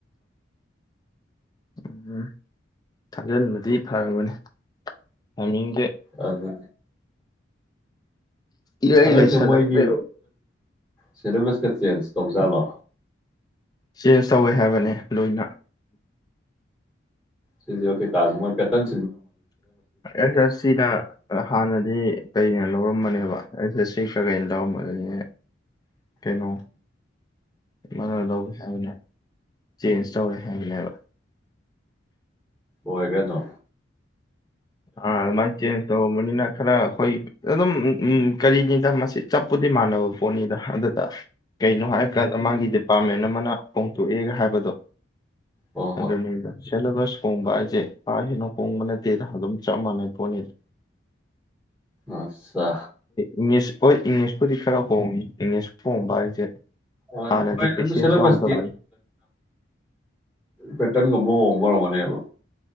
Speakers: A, on the left (about 20°); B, in the centre.
A: ꯎꯝ ꯊꯥꯖꯤꯟꯕꯗꯤ ꯐꯒꯅꯤꯃꯤꯡ
B: ꯑꯗꯨ
A: ꯏꯔꯩ
B: ꯑꯗꯁ
A: ꯂꯩꯁꯜꯂꯛꯇ꯭ꯔꯦꯕ
B: ꯃꯣꯏꯒꯤ ꯁꯦꯂꯦꯕꯁꯀ ꯆꯦꯟꯖ ꯇꯧꯖꯥꯜꯂꯣ
A: ꯁꯤꯦꯦ ꯇꯧꯋꯦ ꯍꯥꯏꯕꯅꯦ ꯂꯣꯏꯅ
B: ꯁꯤꯦ ꯀꯥꯖꯃ ꯄꯦꯇꯟ
A: ꯑꯦꯗꯁ꯭ꯔꯦꯁꯁꯤꯅ ꯍꯥꯟꯅꯗꯤ ꯀꯩꯅꯣ ꯂꯧꯔꯝꯕꯅꯦꯕ ꯑꯦꯗꯁ꯭ꯔꯦꯁꯁꯤ ꯈꯒꯩꯅ ꯂꯧꯔꯝꯕꯗꯨꯅꯤ ꯀꯩꯅꯣ ꯃꯅ ꯂꯧꯒꯦ ꯍꯥꯏꯕꯅꯦ ꯆꯦꯟꯖ ꯇꯧꯋꯦ ꯍꯥꯏꯕꯅꯦꯕ
B: ꯍꯣꯏꯒꯗꯣ
A: ꯑꯥ ꯃꯥꯥꯏ ꯆꯦ ꯃꯅꯤꯅꯥ ꯈꯔ ꯍꯣꯏ ꯑꯗꯨ ꯑꯗꯨꯝ ꯎꯝ ꯀꯔꯤꯅꯤꯗ ꯃꯁꯤ ꯆꯞꯄꯨꯗꯤ ꯃꯥꯟꯅꯕ ꯄꯣꯠꯅꯤꯗ ꯑꯗ ꯀꯩꯅꯣ ꯍꯥꯏꯔ ꯀꯥꯟꯗ ꯃꯥꯒꯤꯗꯤ ꯄꯥꯔꯃꯦꯟ ꯑꯃꯅ ꯍꯣꯡꯇꯣꯛꯑꯦꯒ ꯍꯥꯏꯕꯗꯣ
B: ꯍꯣꯏ ꯍꯣꯏ
A: ꯑꯗꯨꯅꯤꯗ ꯁꯦꯂꯦꯕꯁ ꯍꯣꯡꯕ ꯍꯥꯏꯁꯦ ꯀꯥ ꯍꯦꯟꯅꯣ ꯍꯣꯡꯕ ꯑꯗꯨꯝ ꯆꯥ ꯃꯅ ꯄꯅꯤꯔ
B: ꯑꯆꯥ
A: ꯏꯪꯂꯤꯁ ꯍꯣꯏ ꯏꯪꯂꯤꯁꯄꯨꯗꯤ ꯈꯔ ꯍꯣꯡꯏꯤ ꯏꯪꯅꯦꯁꯨ ꯐꯣꯡꯕ ꯑꯩꯁꯦ
B: ꯍꯣꯏ
A: ꯍꯥꯟꯅꯗꯤꯗꯤ
B: ꯍꯣꯏ
A: ꯄꯦꯁꯦꯁꯨꯥꯎꯖꯕꯅꯤ
B: ꯑꯗꯨ ꯁꯦꯂꯦꯕꯁꯇꯤ ꯄꯦꯇꯅ ꯉꯃꯣꯡ ꯃꯔꯣꯔ ꯃꯅꯤꯕ